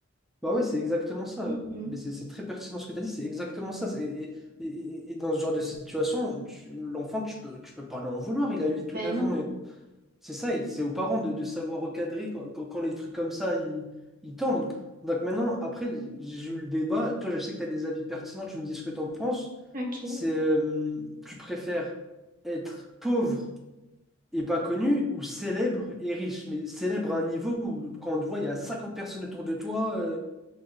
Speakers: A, in the centre; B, on the right.
A: Bah ouais, c'est exactement ça.
B: Mhm.
A: Mais c'est c'est très pertinent ce que tu as dit, c'est exactement ça. C'est- Et, et- et- et dans ce genre de situation, tu- l'enfant, tu peux, tu peux pas l'en vouloir. Il a 8
B: Ben
A: ou 9
B: non.
A: ans C'est ça, et c'est aux parents de, de savoir recadrer quand, quand- quand les trucs comme ça, ils, ils tombent. Donc maintenant, après, j'ai eu le débat. Toi, je sais que tu as des avis pertinents, tu me dis ce que tu en penses.
B: Ok.
A: C'est, euh, tu préfères être pauvre et pas connu ou célèbre et riche? Mais célèbre à un niveau où, quand on te voit, il y a 50 personnes autour de toi, euh,